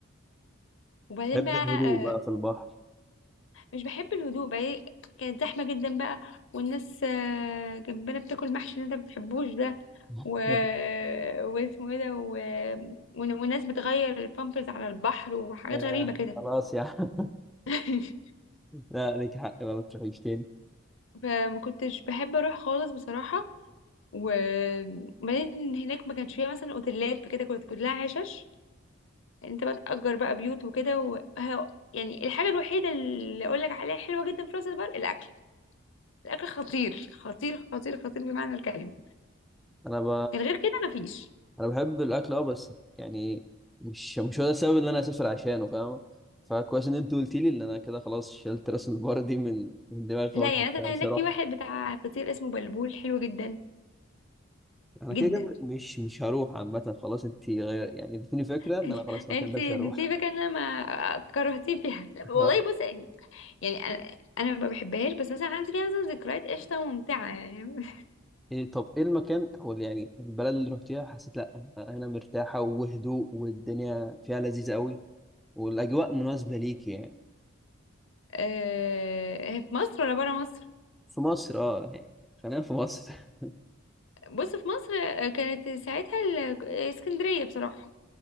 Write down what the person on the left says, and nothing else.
وبعدين
بقى
آه،
مش بحب الهدوء بقى إيه، كانت زحمة جدا بقى والناس آه، جنبنا بتاكل محشي اللي انت بتحبوش ده
و... <laughs> واسمه ايه ده و... ون- وناس بتغير البامبرز على البحر وحاجات
غريبة كده
<laughs>
فما كنتش بحب اروح خالص بصراحة وبعدين هناك ما كانش فيها مثلا اوتيلات كده كانت كلها عشش انت بقى تأجر بقى بيوت وكده و... ه- يعني الحاجة الوحيدة اللي اقول لك عليها حلوة جدا في راس البر الاكل الاكل خطير خطير خطير خطير بمعنى الكلمة
من غير كده مفيش
لا
يعني مثلا
هناك
في واحد بتاع فطير اسمه بلبول حلو جدا
جدا
<laughs>
انت
سيبك انا ما كرهتيه فيها لا والله
بص يعني انا انا ما بحبهاش بس مثلا عندي فيها مثلا ذكريات قشطه وممتعه يعني <laughs>
آه، هي في مصر ولا بره مصر
بص في مصر آه، كانت ساعتها ال- اسكندريه بصراحه